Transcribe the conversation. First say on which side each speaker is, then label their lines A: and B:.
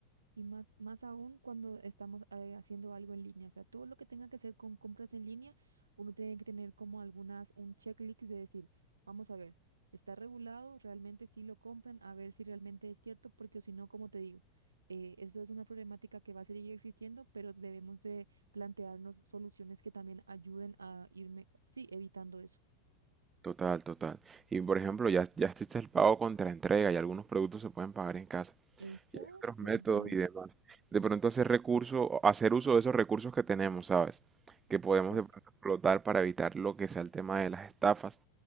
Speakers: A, on the right; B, on the right.
A: Y más, más aún cuando estamos eh, haciendo algo en línea. O sea, todo lo que tenga que ser con compras en línea, uno tiene que tener como algunas, un checklist de decir, vamos a ver, está regulado, realmente sí lo compran, a ver si realmente es cierto, porque si no, como te digo, eh, eso es una problemática que va a seguir existiendo, pero debemos de plantearnos soluciones que también ayuden a irme, sí, evitando eso.
B: Total, total. Y por ejemplo, ya, ya existe el pago contra entrega y algunos productos se pueden pagar en casa.
A: Exacto,
B: Y hay otros métodos
A: ya.
B: y demás. De pronto hacer recurso, hacer uso de esos recursos que tenemos, ¿sabes? Que podemos
A: Exacto.
B: de pronto explotar para evitar lo que sea el tema de las estafas